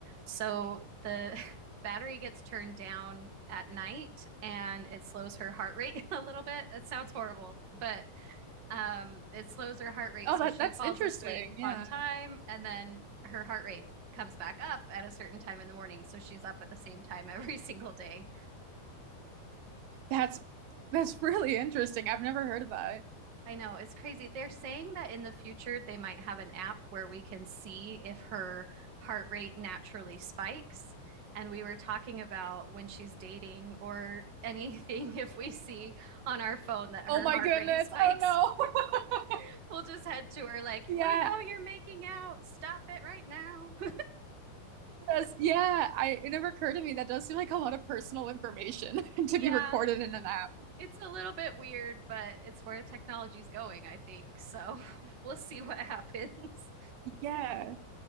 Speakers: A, on the right; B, on the right.
A: So the <laughs> battery gets turned down at night and it slows her heart rate <laughs> a little bit. It sounds horrible, but um it slows her heart rate
B: Oh,
A: so
B: that
A: she
B: that's
A: falls
B: interesting.
A: asleep
B: Yeah.
A: on time and then her heart rate comes back up at a certain time in the morning. So she's up at the same time every <laughs> single day.
B: That's that's really interesting. I've never heard of that.
A: I know, it's crazy. They're saying that in the future they might have an app where we can see if her heart rate naturally spikes. And we were talking about when she's dating or anything, <laughs> if we see on our phone that
B: Oh
A: her
B: my
A: heart
B: goodness.
A: rate spikes,
B: Oh no. <laughs>
A: <laughs> we'll just head to her like,
B: Yeah.
A: we know you're making out. Stop it right now. <laughs>
B: That's, yeah, I it never occurred to me that does seem like a lot of personal information <laughs> to
A: Yeah,
B: be recorded in an app.
A: it's a little bit weird, but it's where technology's going, I think. So <laughs> we'll see what happens.
B: Yeah.